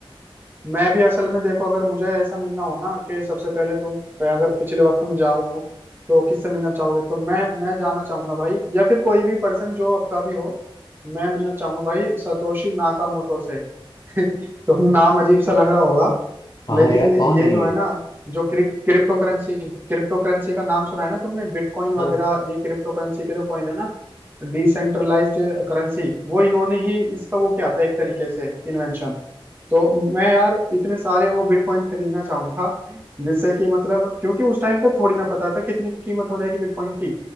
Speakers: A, on the right (about 20°); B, on the left (about 45°).
A: मैं भी असल में देखो अगर मुझे ऐसा मिलना हो ना कि सबसे पहले तुम अगर पिछले वक्त में जाओ तो किससे मिलना चाहोगे तो मैं मैं जाना चाहूंगा भाई या फिर कोई भी पर्सन जो आपका भी हो मैं मिलना चाहूंगा भाई सतोशी नाकामोटो से <laughs> तो नाम अजीब सा लग रहा होगा
B: हाँ
A: लेकिन
B: यार कौन
A: ये
B: है
A: जो
B: ये
A: है ना जो क्रिप्टो करेंसी क्रिप्टो करेंसी का नाम सुना है ना तुमने बिटकॉइन वगैरह
B: हाँ
A: ये क्रिप्टो करेंसी के जो कॉइन है ना डिसेंट्रलाइज्ड करेंसी वो इन्होंने ही इसका वो क्या था एक तरीके से इन्वेंशन तो मैं यार इतने सारे वो बिटकॉइन खरीदना चाहूंगा जिससे कि मतलब क्योंकि उस टाइम पे थोड़ी ना पता था कितनी कीमत हो रहेगी बिटकॉइन की